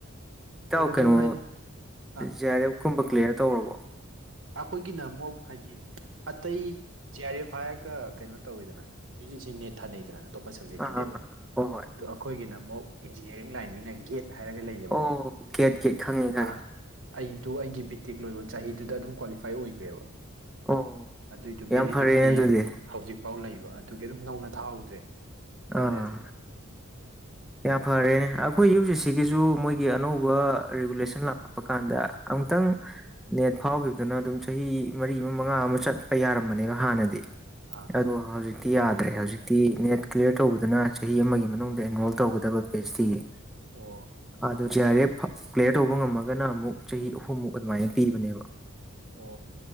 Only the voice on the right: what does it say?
ꯍꯣꯏ ꯑꯗꯨꯝ
ꯍꯥꯏꯗꯤ ꯑꯥ
ꯑꯩꯈꯣꯏꯒꯤꯅ ꯑꯃꯨꯛ ꯍꯥꯏꯗꯤ ꯑꯇꯩ ꯖꯤ ꯑꯥꯔ ꯑꯦꯐ ꯍꯥꯏꯔꯒ ꯀꯩꯅꯣ ꯇꯧꯋꯤꯗꯅ ꯆꯤ ꯅꯦꯠ ꯊꯥꯅꯩꯗꯅ ꯑꯇꯣꯞꯄ ꯁꯕꯖꯦꯛꯀꯤꯗꯤ
ꯑꯗꯣ ꯑꯩꯈꯣꯏꯒꯤꯅ ꯑꯃꯨꯛ ꯏꯟꯖꯤꯅꯤꯌꯥꯔꯤꯡ ꯂꯥꯏꯟꯒꯤꯅ ꯒꯦꯠ ꯍꯥꯏꯔꯒ ꯂꯩꯌꯦꯕꯀꯣ
ꯑꯥ ꯑꯩꯗꯣ ꯑꯩꯒꯤ ꯕꯤꯇꯤꯛ ꯂꯣꯏꯕ ꯆꯍꯤꯗꯨꯗ ꯑꯗꯨꯝ ꯀ꯭ꯋꯥꯂꯤꯐꯥꯏ ꯑꯣꯏꯈ꯭ꯔꯦꯕ
ꯑꯗꯨꯏꯗꯨꯣ ꯚꯦꯂꯤꯗꯤꯇꯤ
ꯍꯧꯖꯤꯛꯐꯥꯎ ꯂꯩꯕ ꯑꯗꯨꯒꯤ ꯑꯗꯨꯝ ꯅꯧꯅ ꯊꯥꯍꯧꯗ꯭ꯔꯦ ꯑꯗꯨꯝ ꯆꯠꯂꯦ
ꯑꯁꯤꯗ
ꯑꯥ
ꯑꯥ
ꯑꯣ
ꯑꯣ